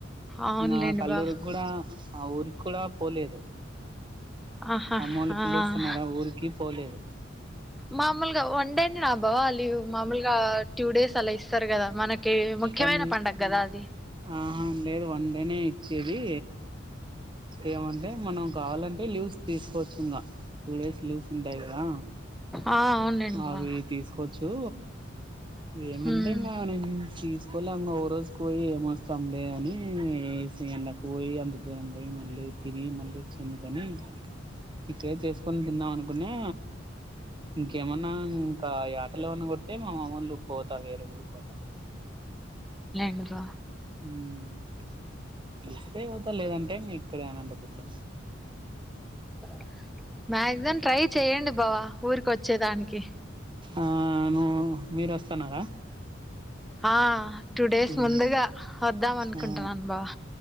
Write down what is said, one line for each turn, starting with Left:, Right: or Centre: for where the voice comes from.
Centre: అవునులేండి
Right: నా కల్లూరుకి
Centre: బావ
Right: కూడా ఆ ఉరికి కూడా పోలేదు
Centre: ఆహా
Right: అమ్మోల్లు
Centre: ఆ
Right: పిలుస్తున్నారా ఊరికి పోలేదు
Centre: మామూలుగా వన్ డేనే నా బావ లీవ్ మామూలుగా టూ డేస్ అలా ఇస్తారు కదా మనకి ముఖ్యమైన
Right: వన్
Centre: పండగ కదా అది
Right: ఆహా లేదు వన్ డేనే ఇచ్చేది ఏమంటే మనం కావాలంటే లీవ్స్ తీసుకోవచ్చు ఇంకా టూ డేస్ లీవ్స్ ఉంటాయి కదా
Centre: ఆ అవునులేండి
Right: అవి
Centre: బా
Right: తీసుకోవచ్చు ఏమంటే
Centre: ఉమ్
Right: ఇంకా నేను తీసుకొలేి అం ఓ రోజు పోయి ఏమొస్తాంలే అని ఎండకు పోయి అంత దూరం పోయి మళ్ళీ తిని మళ్ళ వచ్చిందుకని ఇక్కడే చేసుకొని తిన్నాం అనుకున్నా గేమన్నా ఇంకా యాటలు ఏమన్న కోత్తే మామల్లు పోతా వేరే ఊరు పోతా
Centre: ఇంకా
Right: ఉమ్ పిలిస్తే పోతా లేదంటే ఇంగఇక్కడే అనంతపూర్ల
Centre: <inaudible> మాక్సిమం ట్రై చెయ్యడి బావ ఊరికి వచ్చేదానికి
Right: ఆ నువ్ మీరు వస్తున్నారా
Centre: ఆ టూ డేస్
Right: మ్మ్
Centre: ముందుగా వద్దాం అనుకుంటున్నాను
Right: ఆ
Centre: బావా